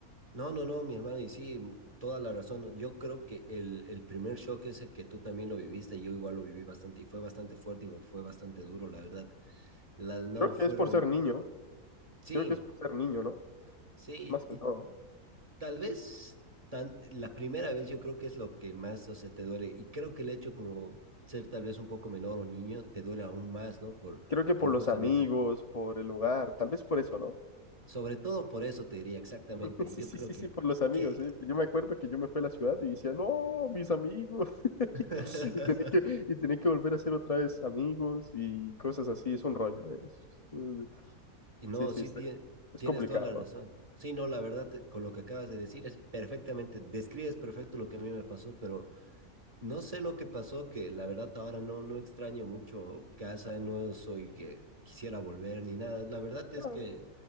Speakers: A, on the right; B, on the left.
A: no, no, no, mi hermano, y sí, toda la razón. Yo creo que el, el primer shock ese que tú también lo viviste, yo igual lo viví bastante, y fue bastante fuerte y fue bastante duro, la verdad. Las no
B: Creo
A: fueron,
B: que es por ser niño,
A: sí,
B: creo que es por ser niño, ¿no?
A: sí,
B: Más que
A: y
B: todo.
A: tal vez tan, la primera vez yo creo que es lo que más, o sea, te duele. Y creo que el hecho como ser tal vez un poco menor o niño, te duele aún más, ¿no? Por,
B: Creo que por
A: por
B: los
A: justamente,
B: amigos, por el lugar, tal vez por eso, ¿no?
A: sobre todo por eso te diría exactamente.
B: <laughs> Sí,
A: Yo
B: sí,
A: creo
B: sí,
A: que,
B: sí, por los amigos,
A: que...
B: ¿eh? Yo me acuerdo que yo me fui a la ciudad y decía, no, mis amigos. <laughs>
A: <laughs>
B: Y tenía que, y tenía que volver a ser otra vez amigos y cosas así, es un rollo, ¿eh? Es- eh,
A: Y no,
B: sí, sí,
A: sí,
B: está-
A: tie-
B: es
A: tienes
B: complicado.
A: toda la razón. Sí, no, la verdad, te- con lo que acabas de decir es perfectamente, describes perfecto lo que a mí me pasó, pero no sé lo que pasó, que la verdad ahora no, no extraño mucho casa, no soy que quisiera volver ni nada. La verdad es
B: Ah,
A: que